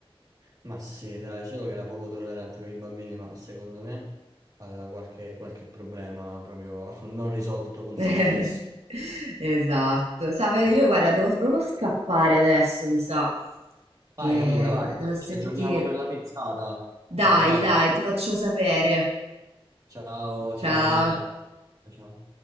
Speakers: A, on the right; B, on the right.
A: Ma sì, dai, solo che era poco tollerante con i bambini, ma secondo me aveva qualche, qualche problema proprio <laughs> non risolto con
B: <laughs>
A: se stesso.
B: Esatto. Sa, Fede, io guarda, devo proprio scappare adesso, mi sa, che
A: Vai Camilla, vai,
B: che devo sentire.
A: ci aggiorniamo per la pizzata, va
B: Dai,
A: bene?
B: dai, ti faccio sapere.
A: Ciao,
B: Ciao.
A: ciao Camilla. Ciao.